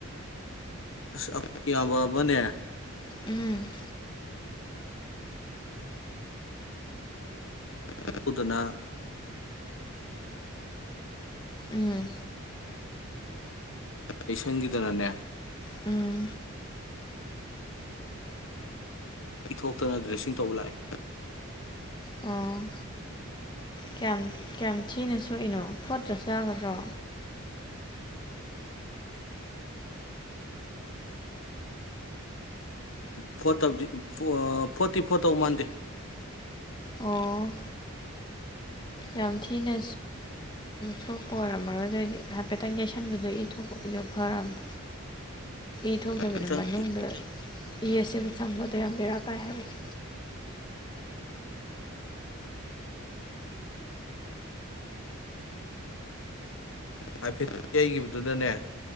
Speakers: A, on the left; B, on the left.
A: ꯕ ꯑꯕꯅꯦ
B: ꯎꯝ
A: ꯑꯗꯨꯗꯨꯅ
B: ꯎꯝ
A: ꯑꯩꯁꯟꯒꯤꯗꯅꯅꯦ
B: ꯎꯝ
A: ꯏꯊꯣꯛꯇꯅ ꯗ꯭ꯔꯦꯁꯤꯡ ꯇꯧꯕ ꯂꯥꯛꯏ
B: ꯑꯣ ꯀꯌꯥꯝ ꯀꯌꯥꯝ ꯊꯤꯅ ꯁꯣꯛꯏꯅꯣ ꯐꯣꯠꯇ꯭ꯔꯁꯨ ꯌꯥꯒꯗ꯭ꯔꯣ
A: ꯐꯣꯔ ꯇꯕꯨꯗꯤ ꯐꯣꯔꯇꯤ ꯐꯣꯔ ꯇꯧ ꯃꯥꯟꯗꯦ
B: ꯑꯣ ꯌꯥꯝ ꯊꯤꯅ ꯁꯣꯛꯄ ꯑꯣꯏꯔꯝꯃꯔꯣꯏ ꯑꯗꯨꯔꯗꯤ ꯍꯥꯏꯐꯦꯠꯇꯪ ꯌꯩꯁꯟꯕꯗꯣ ꯏ ꯊꯣꯛꯄꯒꯤꯗꯣ ꯐꯔꯅꯤ ꯏ ꯊꯣꯛꯇꯕꯤꯗ
A: ꯈꯤꯇꯪ
B: ꯃꯅꯨꯡꯗ ꯏ ꯑꯁꯤꯕꯨ ꯆꯪꯕꯗꯣ ꯌꯥꯝ ꯕꯦꯔꯥ ꯀꯥꯏ ꯍꯥꯏꯕꯅꯤ
A: ꯍꯥꯏꯐꯦꯠ ꯌꯩꯒꯤꯈꯤꯕꯗꯨꯅꯅꯦ